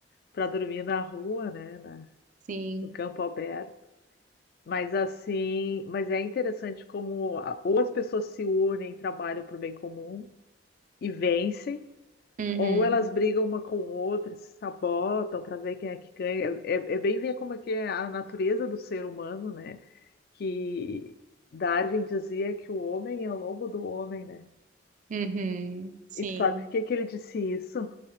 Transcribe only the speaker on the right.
Sim.
Uhum.
Uhum. Sim.